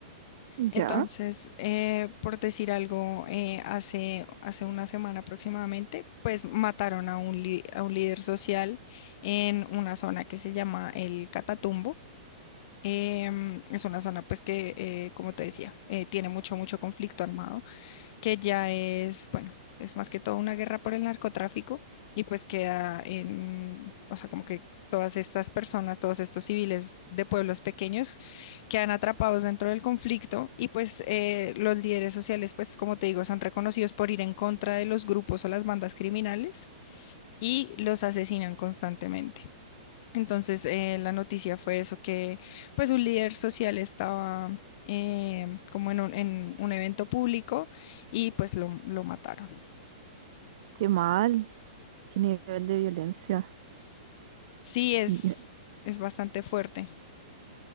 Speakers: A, on the left (about 50°); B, on the right (about 55°).
A: Entonces,
B: Ya,
A: eh, por decir algo, eh, hace, hace una semana aproximadamente, pues mataron a un, li- a un líder social en una zona que se llama el Catatumbo. Em, es una zona pues que, eh, como te decía, eh, tiene mucho, mucho conflicto armado que ya es, bueno, es más que todo una guerra por el narcotráfico y pues queda en, o sea, como que todas estas personas, todos estos civiles de pueblos pequeños quedan atrapados dentro del conflicto y pues eh, los líderes sociales, pues como te digo, son reconocidos por ir en contra de los grupos o las bandas criminales y los asesinan constantemente. Entonces, eh, la noticia fue eso, que pues un líder social estaba eh, como en un, en un evento público y pues lo, lo mataron.
B: qué mal, qué nivel de violencia.
A: Sí, es,
B: Mira,
A: es bastante fuerte.